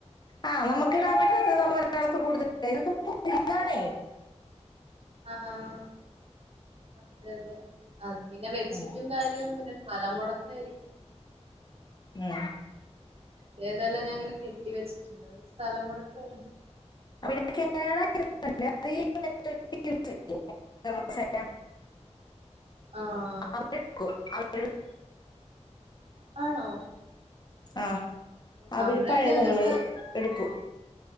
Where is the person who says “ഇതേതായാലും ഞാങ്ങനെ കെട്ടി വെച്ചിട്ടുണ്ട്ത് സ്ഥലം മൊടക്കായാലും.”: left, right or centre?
Right